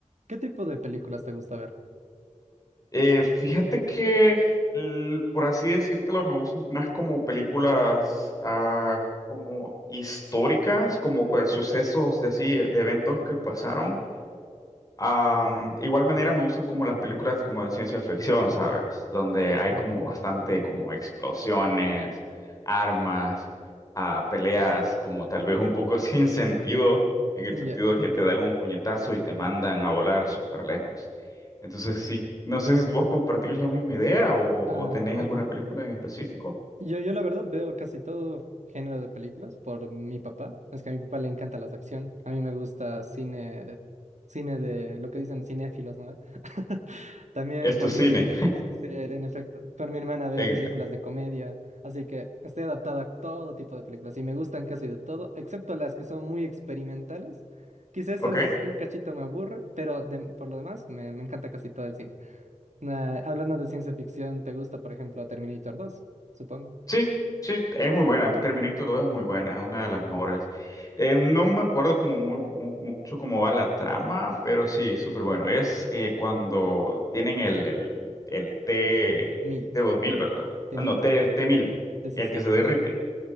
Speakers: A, on the right; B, on the left.
A: ¿Qué tipo de películas te gusta ver?
B: Eh, fíjate que, el- por así decírtelo, me gustan más como películas ah, como históricas, como cua- sucesos de así, de eventos que pasaron. Am, igual manera me gustan como las películas como de ciencia ficción, ¿sabes? Donde hay
A: Mm.
B: como bastante como explosiones, armas, ah, peleas como tal vez un poco <laughs> sin sentido, en el
A: Ya.
B: sentido de que te Sí. dan un puñetazo y te mandan a volar súper lejos. Entonces sí, no sé si vos compartís la misma idea o,
A: Ah,
B: o tenés alguna película en específico.
A: yo, yo la verdad veo casi todo género de películas por mi papá. Es que a mi papá le encanta las de acción. A mí me gusta cine, cine de lo que dicen cinéfilos, ¿no? <laughs> También
B: Esto
A: por
B: es
A: mi,
B: cine,
A: es que sí, en efecto, por mi hermana veo
B: en
A: películas
B: este.
A: de comedia. Así que estoy adaptada a todo tipo de películas y me gustan casi de todo, excepto las que son muy experimentales. Quizás
B: ¿Ok?
A: esas un cachito me aburre, pero de- por lo demás me, me encanta casi todo el cine. Nah, hablando de ciencia ficción, ¿te gusta, por ejemplo, Terminator dos Supongo.
B: Sí, sí, es muy buena. Terminator dos es muy buena, es una de las mejores. Eh, no me acuerdo como muy, mu- mucho cómo va la trama, pero sí, súper bueno. Es eh, cuando tienen el, el, el T,
A: Mil,
B: t mil, ¿verdad?
A: de
B: Ah,
A: mil.
B: no, T, el t mil,
A: Sí, sí,
B: el
A: sí.
B: que se derrite.